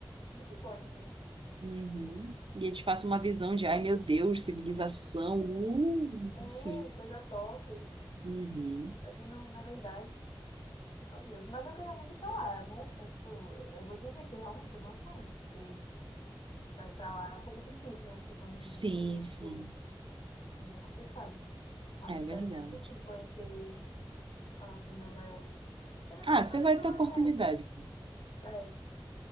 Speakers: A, on the left; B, on the right.
A: Muito bom, né?
B: Uhum. E eles passam uma visão de, ai meu Deus, civilização, uh,
A: É,
B: enfim.
A: coisa top.
B: Uhum.
A: Aqui, no, na verdade, oh Deus. Mas eu queria muito ir pra lá, amor. É tipo, eu, eu vou dizer que realmente é uma sonho. Porque vai pra lá é um pouco difícil, né? questão
B: Sim,
A: são visto,
B: sim,
A: é meio complicado. Mas
B: é
A: eu quero
B: verdade.
A: muito, sim, conhecer ah, em Nova York. Querendo
B: Ah,
A: ou não,
B: você
A: também
B: vai
A: não
B: ter oportunidade.
A: é... É,